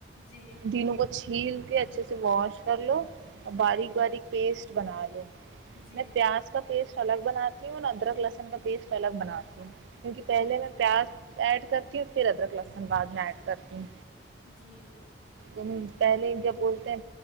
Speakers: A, on the left; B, on the right.
A: جی
B: تینوںکو بچ کھیل کے اچھے سے واش کرر لو
A: جی
B: باریک باریک پیسٹ بنا لو
A: جی جی
B: میں پیاز کا پیسٹ الگ بناتی ہوں اور ادرک لہسن کا پیسٹ الگ بناتی ہوں کیونکہ
A: جی
B: پہلے میں پیاس ایڈ کرتی اور پھر ادرک لسن بعد میں ایڈ کرتی ہوں
A: جی
B: ہ پہلے جب بولتے ہیں